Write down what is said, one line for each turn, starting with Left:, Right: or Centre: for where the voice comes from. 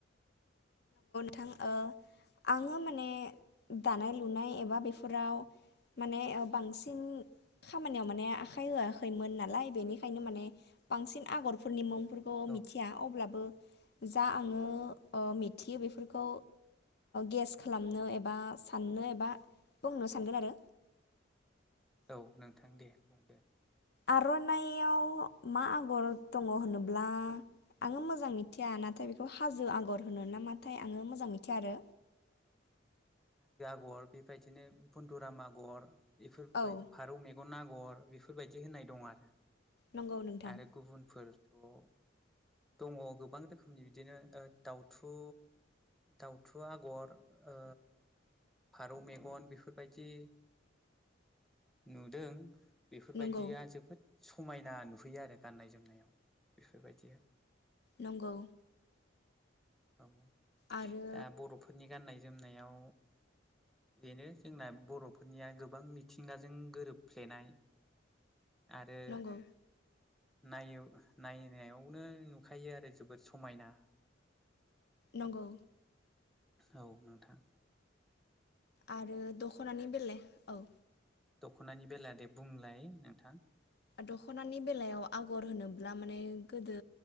Left: थां ओ आङो मा ने दानाय लुनाय एबा बेफ फोराव माने बांसिन खामानियाव माने आखाइ होआखैमोन नालाय बेनिखायनो माने बांसिन आगरफोरनि मुंफोर खौ
Centre: औ
Left: मिथिया अब्लाबो जा आङो ओ मिथियो बेफोरखौ गेस खालामनो एबा साननो एबा बुंनो सानगोन आरो
Centre: औ नोंथां दे बुंदो
Left: आर'नाइाव मा आगर दङ होनोब ब्ला आङो मोजां मिथिया नाथाय बेखौ हाजो आगर होनो नामाथाय आङो मोजां मिथिया आरो
Centre: गर बेबायदिनो बुनन्दुराम आगर बेफोरबाय
Left: औ
Centre: फारौ मेगन आ गर बेफोरबायदि होननाय दं आरो
Left: नंगौ नोंथां
Centre: आरो गुबुनफोर दं दङ गोबां रोखोमनि बिदिनो ओ दाउथु दाउथु थु आगर ओ फारौ मेगन बेफोरबायदि नुदों बेफोरबायदिया
Left: नंगौ
Centre: जोबोद समायना नुहैयो आरो गाननाय जोमनायाव बेफोरबायदि
Left: नंगौ
Centre: औ
Left: आरो
Centre: दा बर'फोरनि गाननाय जोमनायाव बेनो जोंना बर'फोरनिया गोबां मिथिंगाजों गोरोबफ्लेनाय आरो
Left: नंगौ
Centre: नायो नायनायावनो नुखायो आरो जोबोद समायना
Left: नंगौ
Centre: औ नोंथां
Left: आरो दख'नानि बेलाय औ
Centre: दख'नानि बेला दे बुंलाय नोंथां
Left: दखनानि बेलायाव आगर होनोब्ला माने गोदो